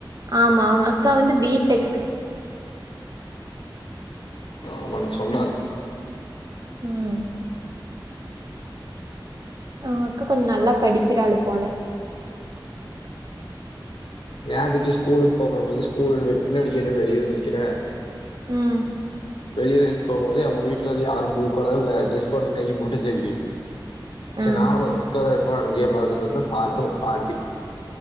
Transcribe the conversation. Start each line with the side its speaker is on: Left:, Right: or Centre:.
Right: ஆமா அவங்க அக்கா வந்து பி டெக்கு
Left: ஆமா நீ சொன்ன
Right: ம் அவுங் அக்கா கொஞ் நல்லா படிக்கிற ஆளு போல
Left: விளாடிட்டு ஸ்கூலுக் போகும் போது ஸ்கூல் விட் பின்னாடி கேட்டு வெளிய வந் நிக்கிறே
Right: ம்
Left: வெளியூரிக் போம்போது அவுங்க வீட்லருந்து யாரோ ப்ளூ கலர்ல ட்ரெஸ் பாடர் கை மட்டு தெரியிது சேரி
Right: ம்
Left: நானு உங்க அக்கா தா இருப்பா அங்கயே பாத்துட் ப்பறந்தா பாத்தா உங் பாட்டி